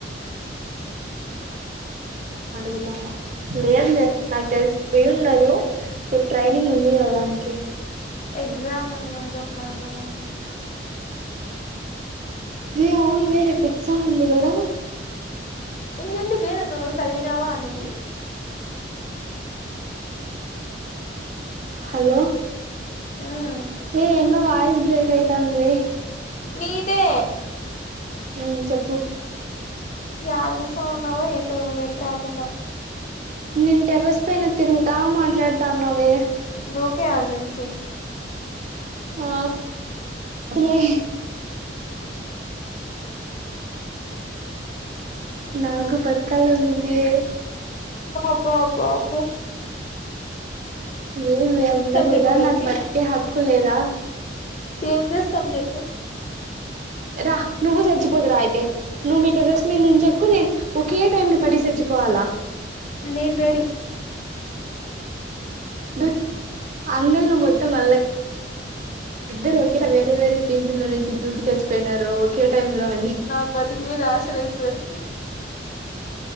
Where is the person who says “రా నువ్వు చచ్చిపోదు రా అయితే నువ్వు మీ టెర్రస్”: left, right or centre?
Right